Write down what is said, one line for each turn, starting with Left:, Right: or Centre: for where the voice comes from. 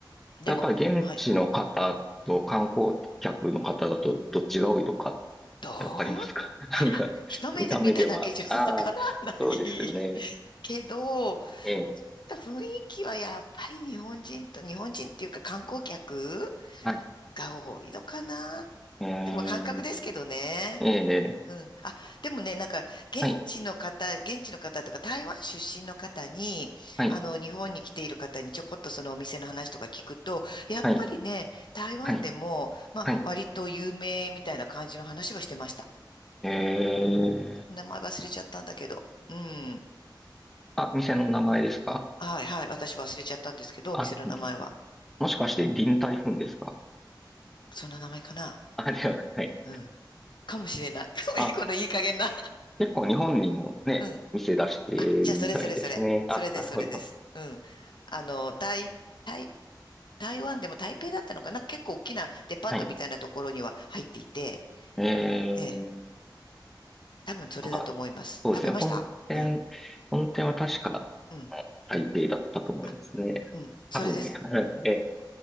Left: でも、
Centre: やっぱり現地の方と観光客の方だとどっちが多いとか
Left: はい。どう、
Centre: えわかりますか <laughs>
Left: あ一目で見ただけじゃわからない
Centre: なんか、見た目では。ああ、そうですよね。
Left: <laughs> けど、
Centre: ええ、
Left: 雰囲気はやっぱり日本人と、日本人っていうか観光客
Centre: はい。
Left: が多いのかなっ
Centre: ええ、
Left: て、まあ感覚ですけどね。
Centre: ええ、
Left: うん。あ、でもね、なんか、現地の方、
Centre: はい、
Left: 現地の方とか、台湾出身の方に、
Centre: はい、
Left: あの、日本に来ている方にちょこっとそのお店の話とか聞くと、やっぱりね、
Centre: はい、
Left: 台湾でも、
Centre: はい、
Left: まあ、
Centre: はい。
Left: 割と有名みたいな感じの話はしてました。
Centre: ええ、
Left: 名前忘れちゃったんだけど。うん。
Centre: あ、店の名前ですか
Left: はいはい。私忘れちゃったんですけど、
Centre: あ、
Left: お店の名前は。
Centre: りもしかして臨台風ですか
Left: そんな名前かな
Centre: <laughs> あ、では、はい。
Left: うん。かもしれない。<laughs>
Centre: あ、
Left: いいこのいい加減な。
Centre: 結構日本にもね、
Left: うん。
Centre: 店出してるみたいですね。
Left: あ、じゃあ、それそれそれ。それです、
Centre: あ、なるほど。
Left: それです。うん。あの、台、台台湾でも台北だったのかな結構大きなデパートみたいなところには入っていて、
Centre: はい。ええ
Left: ええ、多分それだと思います。
Centre: なんか、そうですね。
Left: 食べましたうん、
Centre: 本店、本店は確か、
Left: うん。
Centre: あの台北だったと思いますね。
Left: あ、うん、それです。
Centre: 多分ね。<laughs> はいええ。